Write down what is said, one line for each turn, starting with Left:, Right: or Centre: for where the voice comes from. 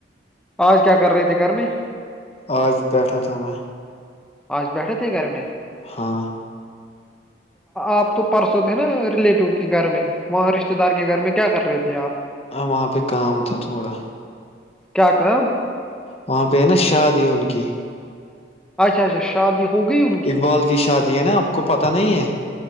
Centre: آج کیا کر رہے تھے گھر میں
Left: عج پڈہ تھامہ
Centre: آج بیٹھے تھے گھر میں
Left: ہاں
Centre: آپ تو پرسوں تھے نا ریلیٹو کے گھر میں وہاں رشتتے دار کے گھر میں کیا کر رہے تھے آپ
Left: ہاں وہاں پہ کام تھا تھوڑا
Centre: کیا کا
Left: وہاں پہ ہے نا شادی ان کی
Centre: اچھا اچھا شادی ہو گئی ان
Left: اقبال کی شادی ہے نا آپ کو پتا نہیں ہے